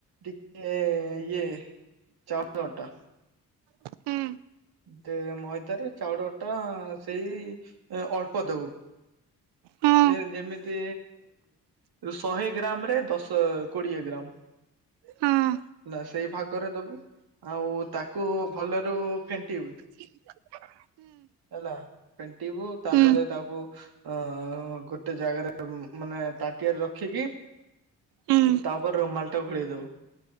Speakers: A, on the right (about 60°); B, on the right (about 75°).
A: ଟିକେ ଇଏ ଚାଉ ଅଟା
B: ହୁଁ
A: ଦେ ମଇଦାରେ ଚାଉଳଟା ସେଇ ଅଳ୍ପ ଦବୁ
B: ହୁଁ
A: ଯେ ଯେମିତି ଶହେ ଗ୍ରାମ ରେ ଦଶ କୋଡିଏ ଗ୍ରାମ
B: ହଁ
A: ନା ସେଇ ଭାଗରେ ଦବୁ ଆଉ ତାକୁ ଭଲ ରୁ ଫେଣ୍ଟିବୁ।
B: <inaudible>
A: ହେଲା ଫେଣ୍ଟିବୁ ତାପରେ
B: ହୁଁ
A: ତାକୁ ଅ ଗୋଟେ ଜାଗାରେ ମାନେ ତା ଟି ଆରେ ରଖିକି
B: ହୁଁ
A: ତାପରେ ରୁମାଲ ଟା ଘୋଡେଇ ଦବୁ।